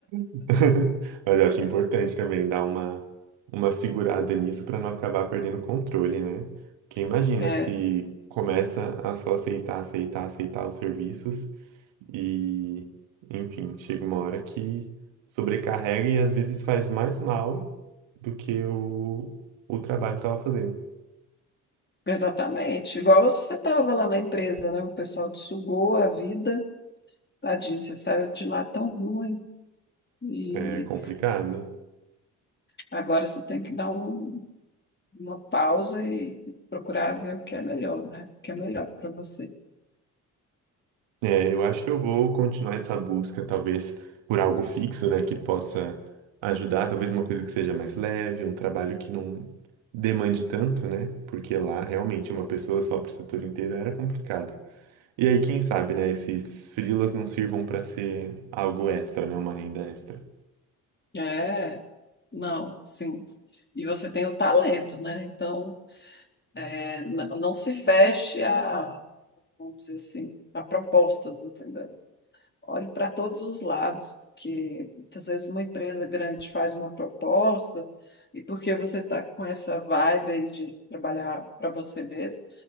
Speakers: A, on the right; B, on the left.
A: <laughs> Mas eu acho importante também dar uma, uma segurada nisso para não acabar perdendo o controle, né? Porque imagina
B: É,
A: se começa a só aceitar, aceitar, aceitar os serviços e, enfim, chega uma hora que sobrecarrega e às vezes faz mais mal do que o, o trabalho estava fazendo.
B: exatamente. Igual você estava lá na empresa, né? O pessoal te sugou a vida, tadinho, você saiu de lá tão ruim. E
A: É complicado.
B: agora você tem que dar um- uma pausa e procurar ver o que é melhor, né? O que é melhor para você.
A: É, eu acho que eu vou continuar essa busca, talvez por algo fixo, né, que possa ajudar, talvez uma coisa que seja mais leve, um trabalho que não demande tanto, né? Porque lá realmente uma pessoa só para o setor inteiro era complicado. E aí, quem sabe, né, esses freelas não sirvam para ser algo extra, né, uma renda extra.
B: É, não, sim. E você tem o talento, né? Então, é, n- não se feche a, vamos dizer assim, a propostas, entendeu? Olhe para todos os lados, porque muitas vezes uma empresa grande faz uma proposta e porque você está com essa vibe aí de trabalhar para você mesmo,